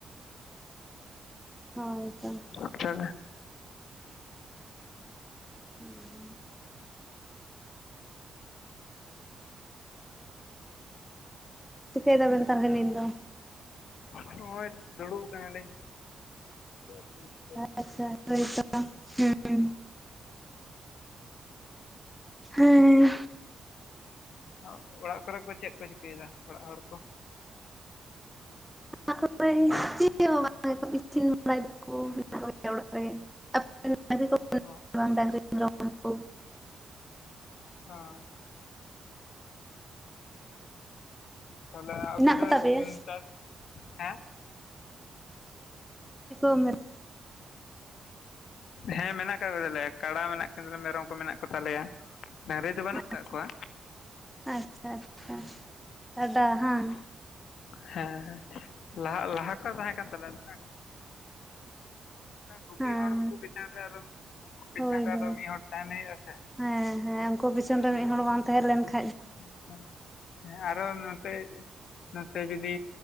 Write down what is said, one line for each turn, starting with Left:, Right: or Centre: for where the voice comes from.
Centre: ᱦᱚᱭ ᱛᱚ᱾
Left: ᱟᱪᱪᱷᱟ᱾
Centre: ᱦᱩᱸ ᱦᱩᱸ᱾ ᱪᱤᱠᱟᱹᱭ ᱫᱟᱵᱮᱱ ᱛᱟᱞᱦᱮ ᱱᱤᱛ ᱫᱚ?
Left: ᱦᱚᱸᱜ-ᱚᱭ ᱫᱩᱲᱩᱵ ᱟᱠᱟᱱᱟᱞᱤᱧ᱾ ᱪᱮᱫ ᱟᱫᱚ ᱞᱤᱧ ᱪᱤᱠᱟᱹᱭᱟ?
Centre: ᱟᱪᱪᱷᱟ, ᱦᱳᱭ ᱛᱚ᱾ ᱦᱮᱸ ᱦᱮᱸ᱾
Left: ᱚ ᱚᱲᱟᱜ ᱠᱚᱨᱮ ᱠᱚ ᱪᱮᱫ ᱠᱚ ᱪᱤᱠᱟᱹᱭᱮᱫᱟ ᱚᱲᱟᱜ ᱦᱚᱲ ᱠᱚ?
Centre: <inaudible> ᱪᱮᱫ ᱦᱚᱸ ᱵᱟᱝ <inaudible> ᱵᱟᱲᱟᱭ <inaudible> ᱠᱚᱜᱮᱭᱟ ᱚᱲᱟᱜ ᱨᱮᱜᱮ <inaudible>
Left: ᱚ
Centre: ᱠᱚ
Left: ᱟᱪᱪᱷᱟ᱾ ᱛᱟᱦᱚᱞᱮ
Centre: ᱢᱮᱱᱟᱜ
Left: ᱚᱯᱮ ᱫᱚ
Centre: ᱠᱚᱛᱟ ᱯᱮᱭᱟ
Left: ᱩᱸ ᱪᱟᱥ, ᱦᱮᱸ?
Centre: <inaudible>
Left: ᱦᱮᱸ ᱢᱮᱱᱟᱜ ᱟᱠᱟᱫ ᱠᱚ ᱫᱟᱞᱮᱭᱟ, ᱠᱟᱰᱟ ᱢᱮᱱᱟᱜ ᱠᱤᱱ ᱛᱟᱞᱮᱭᱟ, ᱢᱮᱨᱚᱢ ᱠᱚ ᱢᱮᱱᱟᱜ ᱠᱚ ᱛᱟᱞᱮᱭᱟ, ᱰᱟᱹᱝᱨᱤ ᱫᱚ ᱵᱟᱹᱱᱩᱜ ᱠᱟᱜ
Centre: ᱟᱪᱪᱷᱟ,
Left: ᱠᱚᱣᱟ
Centre: ᱟᱪᱪᱷᱟ ᱟᱪᱪᱷᱟ, ᱠᱟᱰᱟ ᱦᱟᱸ᱾
Left: ᱦᱮᱸ ᱦᱮᱸ ᱞᱟᱦᱟ ᱞᱟᱦᱟ ᱠᱚ ᱛᱟᱦᱮᱸ ᱠᱟᱱ ᱛᱟᱞᱮᱭᱟ, ᱟᱫᱚᱞᱮ <inaudible> <inaudible> ᱜᱩᱯᱤ
Centre: ᱦᱮᱸ
Left: ᱦᱚᱲ ᱩᱱᱠᱩ ᱯᱤᱪᱷᱟᱱ ᱨᱮ ᱟᱨᱚ ᱩᱱᱠᱩ ᱯᱤᱪᱷᱟᱱ
Centre: ᱦᱳᱭ
Left: ᱨᱮ ᱟᱨᱚ
Centre: ᱦᱳᱭ
Left: ᱢᱤᱫ ᱦᱚᱲ ᱛᱟᱦᱮᱱ ᱦᱩᱭᱩᱜᱼᱟ ᱥᱮ᱾
Centre: ᱦᱮᱸ ᱦᱮᱸ ᱩᱱᱠᱩ ᱯᱤᱪᱷᱚᱱ ᱨᱮ ᱢᱤᱫ ᱦᱚᱲᱚᱲ ᱵᱟᱝ ᱛᱟᱦᱮᱸ ᱞᱮᱱᱠ
Left: ᱦᱮᱸ ᱦᱮᱸ, ᱦᱮᱸ ᱟᱨᱚ ᱱᱚᱛᱮ ᱱᱚᱛᱮ ᱡᱩᱫᱤ